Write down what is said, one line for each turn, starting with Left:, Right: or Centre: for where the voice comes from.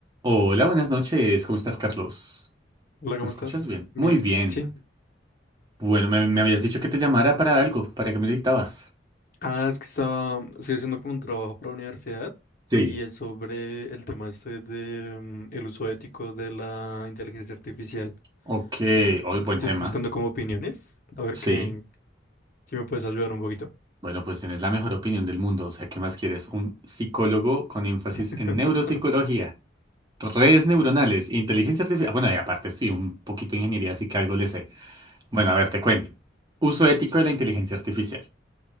Right: Hola, buenas noches. ¿Cómo estás, Carlos?
Left: Hola, ¿cómo
Right: ¿Me escuchas
Left: estás?
Right: bien?
Left: Bien,
Right: Muy bien.
Left: sí.
Right: Bueno, me, me habías dicho que te llamara para algo, para que me necesitabas.
Left: Ah, es que estaba, estoy haciendo como un trabajo para la universidad
Right: Sí.
Left: y es sobre el tema este de mm, el uso ético de la inteligencia artificial.
Right: Ok,
Left: No sé,
Right: hoy
Left: tú-
Right: buen
Left: y estoy
Right: tema.
Left: buscando como opiniones, a ver
Right: Sí.
Left: qué, si me puedes ayudar un poquito.
Right: Bueno, pues tienes la mejor opinión del mundo. O sea, ¿qué más quieres? Un psicólogo con énfasis
Left: <laughs>
Right: en neuropsicología, redes neuronales, inteligencia artificial. Bueno, y aparte estudié un poquito de ingeniería, así que algo le sé. Bueno, a ver, te cuento. Uso ético de la inteligencia artificial.